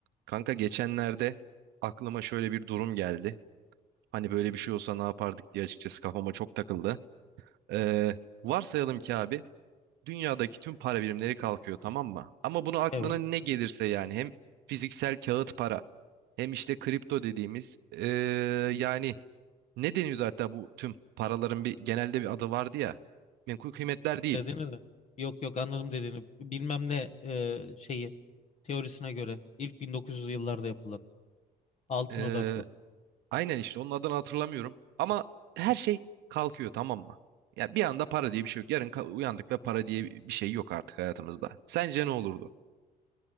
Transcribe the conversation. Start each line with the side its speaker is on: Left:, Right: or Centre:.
Right: Kanka geçenlerde aklıma şöyle bir durum geldi. Hani böyle bir şey olsa ne yapardık diye açıkçası kafama çok takıldı. Ee, varsayalım ki abi dünyadaki tüm para birimleri kalkıyor tamam mı? Ama bunu aklına
Left: Evet.
Right: ne gelirse yani hem fiziksel kağıt para hem işte kripto dediğimiz ee, yani ne deniyordu hatta bu tüm paraların bir genelde bir adı vardı ya. Menkul kıymetler değil.
Left: Dediğini de. Yok yok anladım dediğini. Bilmem ne e, şeyi teorisine göre ilk 1900'lü yıllarda yapılan altın
Right: Ee,
Left: odaklı.
Right: Aynen işte onun adını hatırlamıyorum. Ama her şey kalkıyor tamam mı? Ya bir anda para diye bir şey yok. Yarın ka- uyandık ve para diye bir şey yok artık hayatımızda. Sence ne olurdu?